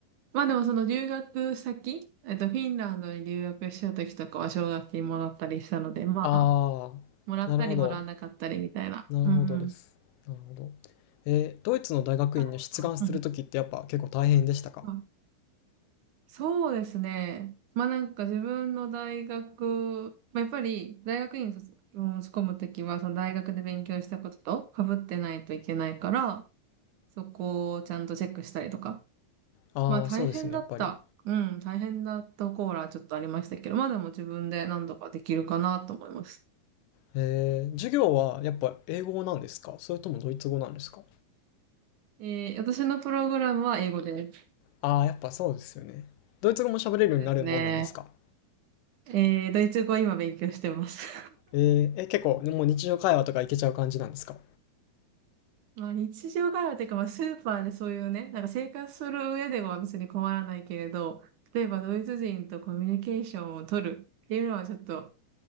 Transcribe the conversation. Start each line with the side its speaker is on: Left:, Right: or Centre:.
Right: まあでもその留学先、えっと、フィンランドに留学した時とかは奨学金もらったりしたので、まあ、
Left: あ
Right: もらったりもらわなかったりみたいな。
Left: あ、なるほど。なるほどです。
Right: うんうん。太
Left: なるほど。えードイツの大学院に出願するときってやっぱ結構大変でしたか
Right: 郎さん。うんそうですね。まあなんか自分の大学、まあ、やっぱり大学院に卒申込むときは、その大学で勉強したことと被ってないといけないから、そこをちゃんとチェックしたりとか。
Left: ああー、
Right: まあ大変だった。
Left: そうですよね、やっぱり。
Right: うん、大変だったコーラちょっとありましたけど、まあでも自分で何とかできるかなと思います。
Left: えー、授業はやっぱ英語なんですかそれともドイツ語なんですか
Right: えー私のプログラムは英語です。
Left: ああー、やっぱそうですよね。ドイツ語も喋れるようになるもんなんですか
Right: そうですね。えードイツ語は今勉強してます。
Left: えー、え、結構もう日常会話とかいけちゃう感じなんですか
Right: まあ日常会話っていうか、まあスーパーでそういうね、なんか生活する上では別に困らないけれど、例えばドイツ人とコミュニケーションを取るっていうのはちょっと